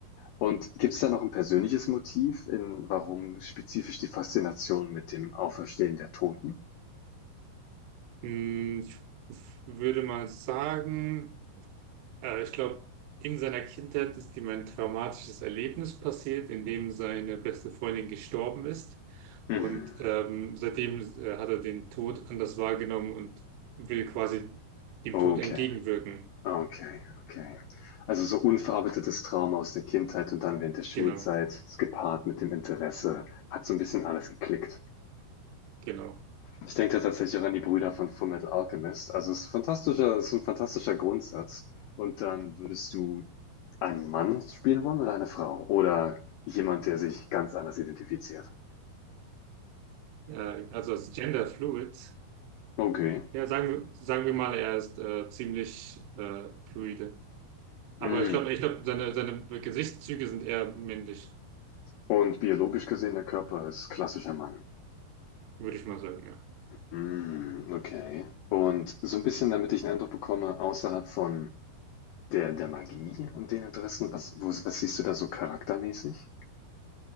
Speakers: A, on the left; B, on the right.
A: Und gibt es da noch ein persönliches Motiv, in warum spezifisch die Faszination mit dem Auferstehen der Toten?
B: Hm, Ich würde mal sagen, Äh, ich glaube, in seiner Kindheit ist ihm ein traumatisches Erlebnis passiert, in dem seine beste Freundin gestorben ist.
A: Mhm.
B: Und ähm, seitdem äh, hat er den Tod anders wahrgenommen und will quasi dem
A: Okay,
B: Tod entgegenwirken.
A: okay, okay. Also so unverarbeitetes Trauma aus der Kindheit und dann während der Schulzeit,
B: Genau,
A: das gepaart mit dem Interesse, hat so ein bisschen alles geklickt.
B: genau.
A: Ich denke da tatsächlich auch an die Brüder von Fullmetal Alchemist. Also es ist fantastischer, es ist ein fantastischer Grundsatz. Und dann würdest du einen Mann spielen wollen oder eine Frau? Oder jemand, der sich ganz anders identifiziert?
B: Äh, also als Gender Fluid.
A: Okay.
B: Ja, sagen wir, sagen wir mal, er ist äh, ziemlich äh, fluide. Aber
A: Mm.
B: ich glaube, ich glaube, seine, seine Gesichtszüge sind eher männlich,
A: Und biologisch gesehen, der Körper ist klassischer Mann.
B: würde ich mal sagen, ja.
A: Mm, okay. Und so ein bisschen, damit ich einen Eindruck bekomme, außerhalb von der, der Magie und den Interessen, was, wo, was siehst du da so charaktermäßig?